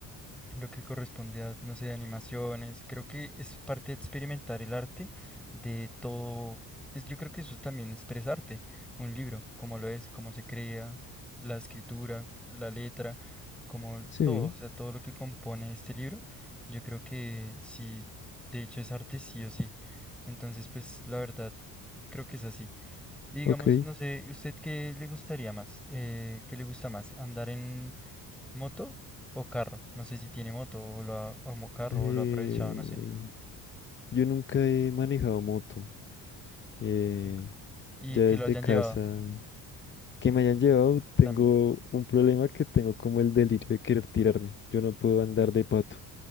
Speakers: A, in the centre; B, on the left.
A: lo que corresponde a, no sé, animaciones. Creo que es parte de experimentar el arte de todo. Es, yo creo que eso también es arte, un libro, cómo lo es, cómo se crea, la escritura, la letra, como
B: Sí,
A: todo, o sea, todo lo que compone este libro, yo creo que sí, de hecho es arte sí o sí. Entonces, pues la verdad, creo que es así. Y digamos,
B: ok.
A: no sé, ¿usted qué le gustaría más? Eh, ¿qué le gusta más? ¿Andar en ¿Moto o carro? No sé si tiene moto o lo ha, o mo- carro
B: Eh,
A: o lo ha aprovechado, no sé.
B: yo nunca he manejado moto. eh,
A: Nunca. Y
B: ya
A: que
B: desde
A: lo hayan
B: casa
A: llevado
B: que me hayan llevado, tengo
A: también.
B: un problema que tengo como el delirio de querer tirarme. Yo no puedo andar de pato.